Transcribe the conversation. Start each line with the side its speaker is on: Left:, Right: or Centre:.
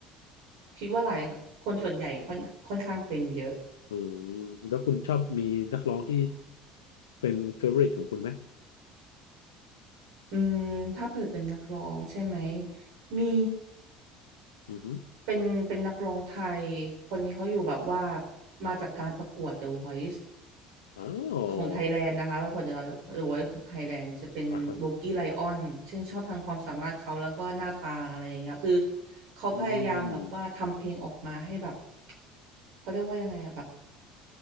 Right: คิดว่าหลายคนส่วนใหญ่ค่อนค่อนข้างเป็นเยอะ
Left: อืแล้วคุณชอบมีนักร้องที่เป็นเฟเวอริตของคุณไหม
Right: <laughs> อืมถ้าเปิดเป็นนักร้องใช่ไหมมี
Left: อือฮึ
Right: เป็นเป็นนักร้องไทยคนนี้เขาอยู่แบบว่ามาจากการประกวด The Voice
Left: อ๋อ
Right: ของไทยแลนด์นะคะปรากฏเดอะวอยซ์ของไทยแลนด์จะเป็นโบกี้ไลออนชื่นชอบทางความสามารถเขาแล้วก็หน้าตาอะไรอย่างเงี้ยคือ
Left: อ่าฮะ
Right: เขาพยายามแบบว่าทำเพลงออกมาให้แบบ
Left: อืม
Right: เขาเรียกว่ายังไงอะแบบ